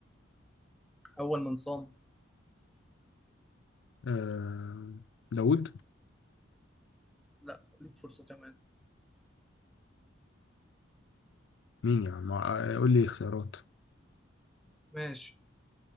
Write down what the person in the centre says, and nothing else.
أول من صام
لا ليك فرصة كمان
ماشي